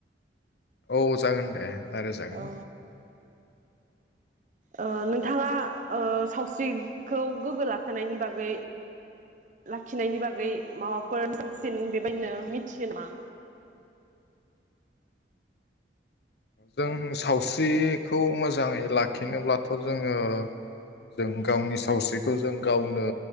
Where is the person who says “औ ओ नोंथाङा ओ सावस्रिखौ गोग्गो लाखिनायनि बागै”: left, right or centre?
Right